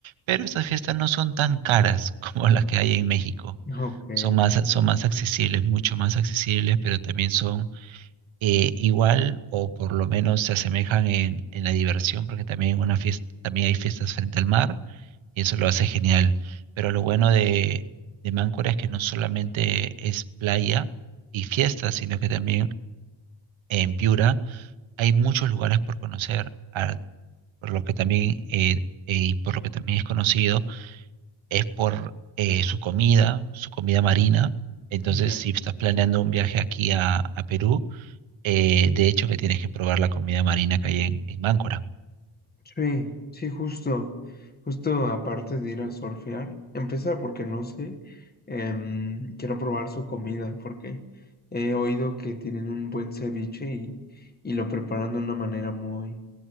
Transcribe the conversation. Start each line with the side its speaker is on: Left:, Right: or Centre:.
Right: pero estas fiestas no son tan caras <laughs> como las que hay en México.
Left: <laughs> Ok,
Right: Son
Left: ok.
Right: más, son más accesibles, mucho más accesibles, pero también son eh, igual o por lo menos se asemejan en, en la diversión, porque también, una fiesta, también hay fiestas frente al mar y eso lo hace genial. Pero lo bueno de, de Máncora es que no solamente es playa y fiestas, sino que también en Piura hay muchos lugares por conocer, a- por lo que también, eh, eh, y por lo que también es conocido, es por eh, su comida, su comida marina. Entonces,
Left: Ya.
Right: si estás planeando un viaje aquí a, a Perú, eh, de hecho que tienes que probar la comida marina que hay en, en Máncora.
Left: Sí, sí, justo, justo aparte de ir a surfear, empezar porque no sé, em, quiero probar su comida porque he oído que tienen un buen ceviche y, y lo preparan de una manera muy,